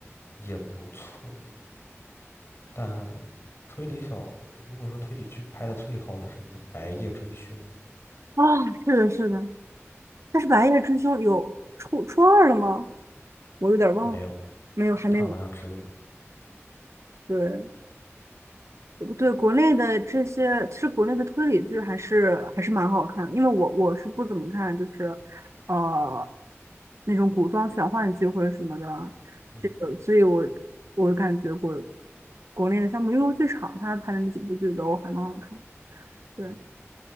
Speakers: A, on the left; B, on the right.
A: 也不错，但推理小，如果说推理剧拍的最好的是那个《白夜追凶》，
B: 啊，是的，是的。但是《白夜追凶》有初初二了吗？我有点忘了，
A: 没有，
B: 没有，还没有。
A: 它好像只有一。
B: 对。对国内的这些，其实国内的推理剧还是还是蛮好看的，因为我我是不怎么看，就是呃那种古装玄幻剧或者什么的，
A: 嗯哼
B: 这个，所以我我感觉国国内的像《木有剧场》，它拍的那几部剧都还蛮好看。对。
A: 嗯哼